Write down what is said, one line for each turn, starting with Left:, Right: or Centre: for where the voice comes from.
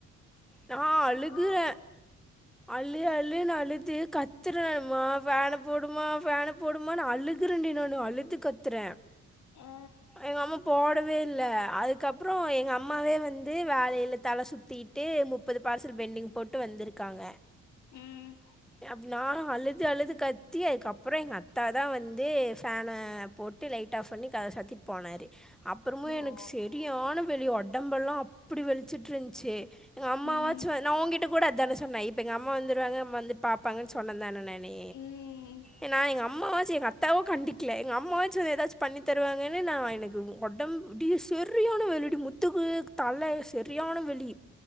Centre: ந அழுகுற
Left: ஆ வந்து
Centre: அழு அழுன்னு அழுது கத்துற மா ஃபேன போடுமா ஃபேன போடு ம்மா நா அழுகறண்டி நானு அழுத்து கத்துறே
Left: ஆ
Centre: எங்க அம்மா போடவே இல்ல அதுக்கப்புறோ எங்க அம்மாவே வந்து வேலையில தல சுத்திட்டு முப்பது பார்சல் பென்டிங் போட்டு வந்துருக்காங்க
Left: ம்
Centre: அப் நானு அழுது அழுது கத் தி அதுகப்புறோ எங்க அத் தா தா வந்து ஃபேன போட்டு லைட் ஆஃப் பண்ணி கதவ சத்திட்டு போனாரு அப்புறமு எனக்கு
Left: ஓ
Centre: செரியான வெறி ஒட் உடம்பெல்லா அப்புடி வெளிச்சிட்ருந்துச்சு எங்க அம்மாவாச்
Left: ம்
Centre: வ நா ஊங்கிட் ட்ட கூட அத்தான சொன்ன இப்ப எங்கம்மா வந்துருவங்க வந்து பாப்பாகன் சொன்ன தான நே நே
Left: ம்
Centre: ஏன்னா எங்க அம் அம்மாவாச்சும் எங்க அத்தாவோ கண்டிக்கிலே எங்க அம்மாவாச்சு எதாச்சும் பண்ணி தருவாங்கன்னு நா எனக்கு ஒடம்புடிய சரியான வெயிலுடி முத்துக்கு தல செரியான வெலி